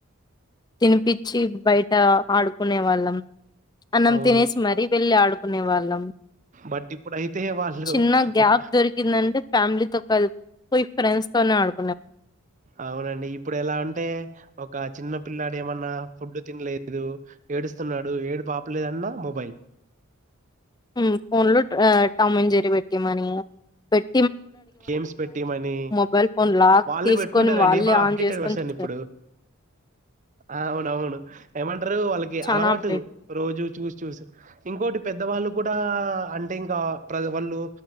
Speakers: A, on the left; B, on the right.
A: తినిపిచ్చి బయట ఆడుకునే వాళ్ళం అన్నం
B: అవును
A: తినేసి మరీ వెళ్లి ఆడుకునే వాళ్ళం
B: బట్ ఇప్పుడైతే వాళ్ళు
A: చిన్న గ్యాప్
B: ఒక
A: దొరికిందంటే ఫ్యామిలీ తో కల్ పోయి ఫ్రెండ్స్ తోనే ఆడు
B: అవునండి ఇప్పుడు ఎలా ఉంటే ఒక చిన్న పిల్లాడు ఏమన్నా ఫుడ్ తినలేదు ఏడుస్తున్నాడు ఏడుపాపలేదన్నా మొబైల్
A: మ్మ్ ఫోన్ లో టామంజరి పెట్టిమని పెట్
B: గేమ్స్ పెట్టిమని
A: మొబైల్ ఫోన్ లాక్
B: వాళ్ళే
A: తీసుకొని
B: పెట్టుకుంటారండి
A: వాళ్ళే
B: అప్డేటె
A: ఆన్ చేసుకొని
B: వర్షన్
A: చూస్తారు
B: ఇప్పుడు అవునవును ఏమంటారు వాళ్ళకి
A: చాలా
B: అలవాటు
A: అప్డేట్
B: రోజు చూసి చూసి ఇంకోటి పెద్దవాళ్ళు కూడా అంటే ఇంకా ప్ర వాళ్ళు